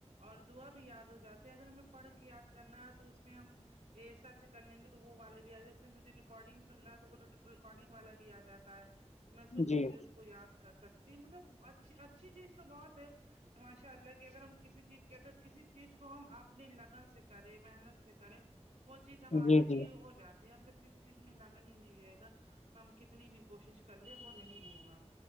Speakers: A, on the right; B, on the left.
A: اور دعا بھی یاد ہو جاتی ہے اگر ہمیں پڑھ کے یاد کرنا ہے تو اس میں ہم یہ سرچ کر لیں گے تو وہ والے جیسے مجھے ریکارڈنگ سننا ہے تو وہ ریکارڈنگ والا بھی آ جاتا ہے میں سن کے
B: جی
A: بھی اس کو یاد کر سکتی ہے مطلب اچھی اچھی چیز تو بہت ہے ماشاء اللہ کہ اگر ہم کسی چیز کے اگر کسی چیز کو ہم اپنی لگن سے کریں محنت سے کریں وہ چیز ہمارے
B: جی
A: لیے
B: جی
A: ہو جاتی ہم جب کسی چیز میں لگن ہی نہیں رہے گا ہم کتنی بھی کوشش کر لیں وہ نہیں ہوگا